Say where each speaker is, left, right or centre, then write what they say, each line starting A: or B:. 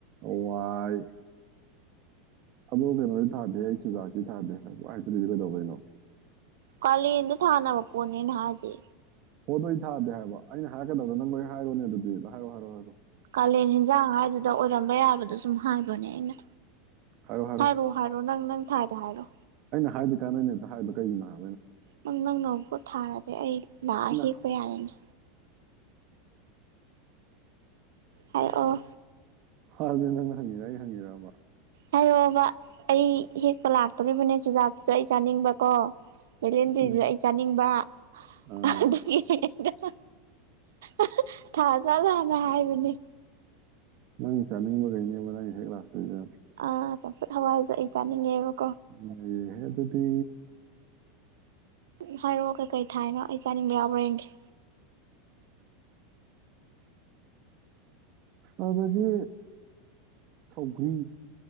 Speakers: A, on the right; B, on the right.
A: ꯍꯣꯋꯥꯏ ꯑꯗꯣ ꯀꯩꯅꯣꯗꯤ ꯊꯥꯗꯦꯍꯦ ꯆꯨꯖꯥꯛꯇꯤ ꯊꯥꯗꯦ ꯄꯨꯍꯥꯏ ꯍꯥꯏꯖꯤꯂꯤꯗꯣ ꯀꯩꯗꯧꯕꯩꯅꯣ
B: ꯀꯂꯦꯟꯗ ꯊꯥꯅꯕ ꯄꯣꯠꯅꯦ ꯑꯩꯅ ꯍꯥꯢꯖꯦ
A: ꯍꯣꯗꯣꯏ ꯑꯩ ꯊꯥꯗꯦ ꯍꯥꯏꯕ ꯑꯩꯅ ꯍꯥꯏꯒꯗꯕꯗꯣ ꯅꯪ ꯂꯣꯏ ꯍꯥꯏꯔꯣꯅꯦ ꯑꯗꯨꯗꯤ ꯍꯥꯏꯔꯣ ꯍꯥꯏꯔꯑꯣ ꯍꯥꯏꯔꯣ
B: ꯀꯥꯂꯦꯟ ꯏꯟꯖꯥꯡ ꯍꯥꯏꯗꯨꯗ ꯑꯣꯏꯔꯝꯕ ꯌꯥꯕꯗꯣ ꯁꯨꯝ ꯍꯥꯏꯕꯅꯦ ꯑꯩꯅ
A: ꯍꯥꯏꯔꯣ ꯍꯥꯏꯔꯣ
B: ꯍꯥꯏꯔꯣꯑꯣ ꯍꯥꯏꯔꯣ ꯅꯪ ꯅꯪ ꯊꯥꯢꯗꯣ ꯍꯥꯏꯔꯣ
A: ꯍꯥꯢꯕꯗꯤ ꯀꯥꯟꯅꯗꯦ ꯑꯝꯇ ꯍꯥꯢꯕꯗ ꯀꯩꯒꯤꯅꯣ ꯍꯥ
B: ꯅꯪ ꯅꯪꯅ ꯄꯣꯠ ꯊꯥꯔꯗꯦ ꯑꯩ ꯂꯥꯛꯑ
A: ꯅꯪ-
B: ꯍꯦꯛꯄ
A: ꯑꯩꯅ
B: ꯌꯥꯔꯅꯤ ꯍꯥꯢꯔꯛꯑꯣ
A: ꯍ ꯗꯨ ꯅꯪꯅ ꯍꯪꯉꯤꯔ ꯑꯩ ꯍꯪꯉꯤꯔꯕ
B: ꯍꯥꯏꯔꯑꯣꯕ ꯑꯩ ꯍꯦꯛꯄ ꯂꯥꯛꯇꯣꯔꯤꯕꯅꯦ ꯆꯨꯖꯥꯛꯇꯨꯁꯨ ꯑꯩ ꯆꯥꯅꯤꯡꯕꯀꯣ ꯚꯦꯂꯦꯟꯗꯔꯤꯁꯨ
A: ꯎꯝ.
B: ꯑꯩ ꯆꯥꯅꯤꯡꯕ
A: ꯑꯥ
B: ꯑꯥꯗꯨꯒꯤ ꯑꯍ ꯑꯍ ꯊꯥꯖꯥꯠꯂꯅ ꯍꯥꯢꯕꯅꯦ
A: ꯅꯪ ꯆꯥꯅꯤꯡꯕ ꯒꯩꯅꯦꯕ ꯅꯪ ꯍꯦꯛ ꯂꯥꯛꯇꯣꯏꯖꯦ
B: ꯑ ꯆꯝꯐꯨꯠ ꯍꯋꯥꯏꯁꯨ ꯑꯩ ꯆꯥꯅꯤꯡꯉꯦꯕ
A: ꯏꯌꯦ ꯍꯦ ꯑꯗꯨꯗꯤ
B: ꯎ ꯍꯥꯏꯔꯣ ꯀꯩ ꯀꯩ ꯊꯥꯏꯅꯣ ꯑꯩꯁ ꯆꯥꯅꯤꯡꯕ ꯌꯥꯎꯕ꯭ꯔꯥ ꯌꯦꯢꯒꯦ
A: ꯑꯕꯗꯤ ꯁꯥꯎꯒ꯭ꯔꯤ